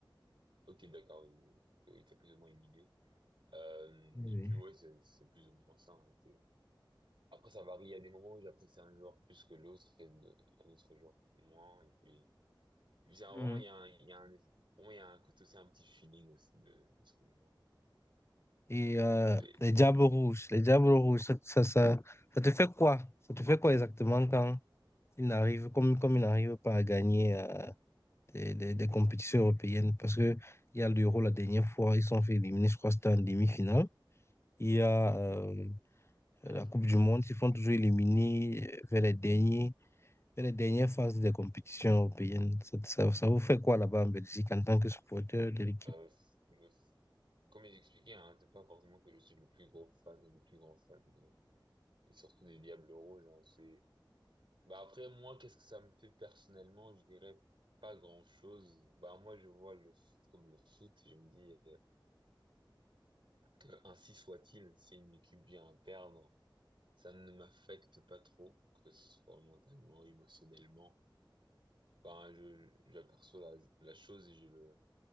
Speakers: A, on the right; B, on the left.
A: Ok, d'accord. Oui, oui, t'as plus ou moins une idée. Euh,
B: Oui.
A: et puis ouais, c'est c'est plus ou moins ça. hein. C'est- Après, ça varie. Il y a des moments où j'apprécie un joueur plus que l'autre et de- un autre joueur moins. Et puis Bizarre,
B: oui.
A: vraiment,
B: Mhm.
A: il y a un, il y a un, pour moi, il y a un côté aussi, un petit feeling aussi de, de ce que je vois.
B: Et euh,
A: Des,
B: les Diables Rouges, les Diables Rouges, ça, ça, ça, ça te fait quoi? Ça te fait quoi exactement quand ils n'arrivent, comme, comme ils n'arrivent pas à gagner euh, des, des- des compétitions européennes parce que il y a l'Euro la dernière fois, ils sont fait éliminer, je crois que c'était en demi-finale. Il y a euh, la
A: ouais.
B: Coupe du Monde, ils font toujours éliminer euh, vers les derniers, vers les dernières phases des compétitions européennes. Ça, ça- ça vous fait quoi là-bas en Belgique en tant que supporter de l'équipe?
A: Euh, c'est- comme j'expliquais, hein, c'est pas forcément que je suis le plus gros fan ou le plus grand fan, euh, et surtout des Diables Rouges, hein, c'est, bah après, moi, qu'est-ce que ça me fait personnellement? Je dirais pas grand-chose. Bah, moi, je vois le foot comme le foot, je me dis, euh, que ainsi soit-il, si une équipe vient à perdre, ça ne m'affecte pas trop, que ce soit mentalement, émotionnellement. Enfin, je, j'aperçois la, la chose et je le,